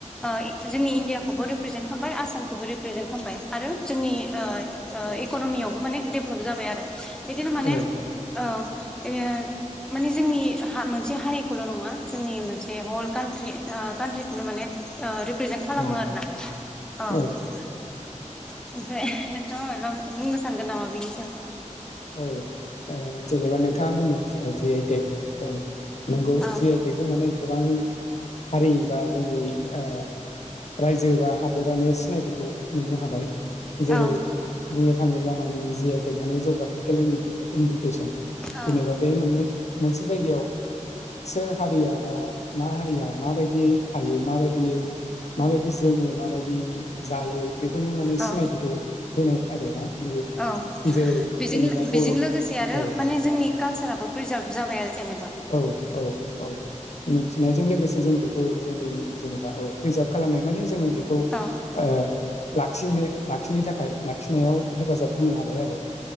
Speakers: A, in the centre; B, on the left (about 60°).
A: ओ जोंनि इण्डियाखौबो रि प्रेजेन्ट खामबाय आसामखौबो रिप्रेजेन्ट खामबाय आरो। जोंनि ओ ओ इ कन'मियावबो माने डेभलप जाबाय आरो। बिदिनो माने
B: औ
A: ओ एओ माने जोंनि हा मोनसे हारिखौल' नङा जोंनि मोनसे हल कान्ट्रि ओ कान्ट्रिखौनो माने ओ रिप्रेजेन्ट
B: औ
A: खालामो आरो ना। अ ओमफ्राय
B: औ
A: नोंथाङा मायबा बुंनो सानगोन नामा बेनिसायाव
B: औ ओ जेनेबा नोंथाङा बुंदों जि आइ टेक औ नोंगौ
A: सायाव
B: जि आइ टेक जों माने गोबां हारि बा जोंनि ओ रायजो बा हादोरानो सिनायथिखौ मोननो हाबाय जेरै
A: औ
B: बुंनो थाङो ब्लामाने जि आइ टेग माने जौगा केलेन दिपि इन्डिकेसन
A: औ
B: जेनेबा बे मोननै मोनसे जायगायाव सोर हारिया बा मा हारिया माबायदियै थायो माबाय यि माबायदि जोमो माबाय दि जायो बेफोरनि माने
A: औ
B: सिनायथिखौ होनाय आरोना बियो
A: औ
B: जेरै
A: बेजों
B: जेनेबा
A: लोग
B: बर'
A: बेजों
B: औ
A: लोगोसे आरो माने जोंनि कालसाराबो प्रिजार्भ जाबाय आरो जेन
B: औ औ औ मिथिनायजों लोगोसे जों बेखौ जोंनि जेनेबा औ प्रिजार्भ खालामनाय माने जों बेखौ ओ
A: औ
B: ला लाखिनो लाखिनो थाखाय लाखिनायाव हेफाजाब होनो हाबाय आरो